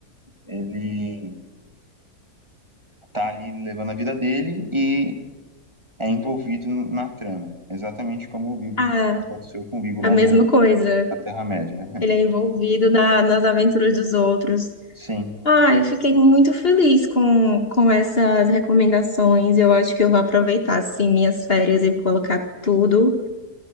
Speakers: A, on the right; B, on the left.
A: ele tá ali levando a vida dele e é envolvido n- na trama, exatamente como o Bibo
B: Ah,
A: aconteceu com o Bibo
B: a
A: lá
B: mesma
A: no-
B: coisa.
A: na Terra-média. <laughs>
B: Ele
A: né?
B: é envolvido na, nas aventuras dos outros.
A: Sim,
B: Ah, eu fiquei muito feliz com, com essas recomendações. Eu acho que eu vou aproveitar, assim, minhas férias e colocar tudo